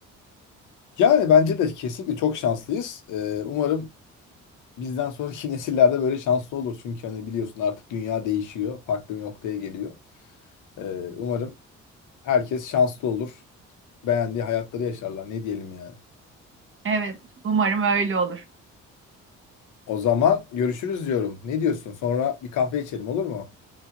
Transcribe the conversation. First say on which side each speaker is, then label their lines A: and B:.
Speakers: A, on the left (about 80°); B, on the right (about 40°).
A: Yani bence de kesinlikle çok şanslıyız. E, umarım bizden sonraki <laughs> nesillerde böyle şanslı olur. Çünkü hani biliyorsun artık dünya değişiyor. Farklı bir noktaya geliyor. Ee, umarım herkes şanslı olur. Beğendiği hayatları yaşarlar. Ne diyelim yani.
B: Evet, umarım öyle olur.
A: O zaman görüşürüz diyorum. Ne diyorsun? Sonra bir kahve içelim olur mu?